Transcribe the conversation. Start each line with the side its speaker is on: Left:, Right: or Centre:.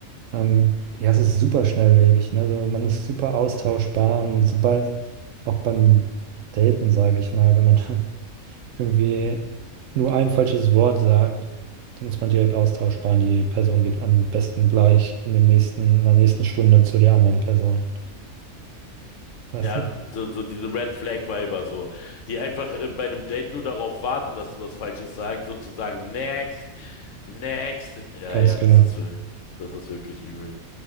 Right: Ähm, ja, es ist super schnelllebig, ne? Also man ist super austauschbar und sobald auch beim Daten, sage ich mal, wenn man da irgendwie nur ein falsches Wort sagt, dann ist man direkt austauschbar. Die Person geht am besten gleich in dem nächsten, in der nächsten Stunde zu der anderen Person. Weißt
Left: Ja,
Right: du?
Left: so, so diese Red Flag Weiber so, die einfach äh, bei einem Date nur darauf warten, dass du was Falsches sagst und zu sagen, next, next. Ja,
Right: Ganz
Left: ja,
Right: genau.
Left: das ist, wir- das ist wirklich übel.